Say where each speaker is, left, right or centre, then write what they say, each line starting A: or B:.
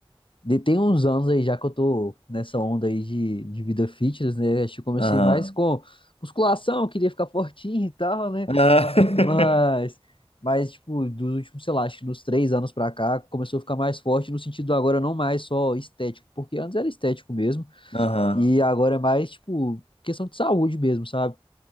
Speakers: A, on the left; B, on the left.
A: de- Tem uns anos aí já que eu tô nessa onda aí de, de vida fitness, né? Acho que eu comecei
B: Aham.
A: mais com musculação, queria ficar fortinho e tal, né?
B: Aham.
A: Mas,
B: <laughs>
A: mas tipo, dos últimos, sei lá, acho que dos três anos pra cá, começou a ficar mais forte no sentido agora não mais só estético, porque antes era estético mesmo,
B: Aham.
A: e agora é mais, tipo, questão de saúde mesmo, sabe?